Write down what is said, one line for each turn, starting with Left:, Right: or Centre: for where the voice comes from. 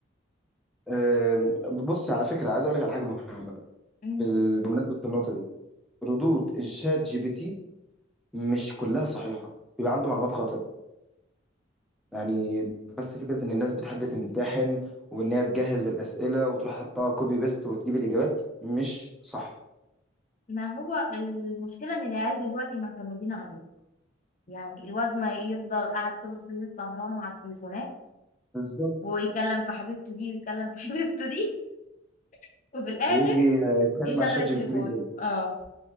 Centre: أم، بص على فكرة عايز اقول لك على حاجة مهمة بقى
Left: مم.
Centre: بال- بمناسبة النقطة دي ردود الشات جي بي تي مش كلها صحيحة بيبقى عنده معلومات خاطئة يعني بس فكرة ان الناس بتحب تمتحن وان هي تجهز الأسئلة وتروح حطها كوبي بيست وتجيب الإجابات مش صح
Left: ما هو المشكله ان العيال دلوقتي معتمدين عليه يعني الواد ما يفضل قاعد طول الليل سهران على التليفونات
Centre: بالظبط
Left: ويكلم في حبيبته دي ويكلم في حبيبته دي <laughs> وفي الاخر
Centre: ويجي يتخانق
Left: يشغل
Centre: مع الشات
Left: التليفون
Centre: جي بي تي بالليل
Left: اه